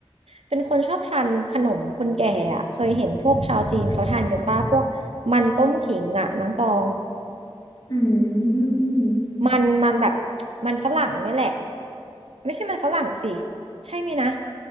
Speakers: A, on the right; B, on the left.
A: เป็นคนชอบทานขนมคนแก่อะเคยเห็นพวกชาวจีนเขาทานกันป้าพวกมันต้มขิงอะน้องตอง
B: อืม
A: มันมันแบบมันฝรั่งเนี่ยแหละไม่ใช่มันฝรั่งสิใช่ไหมยนะ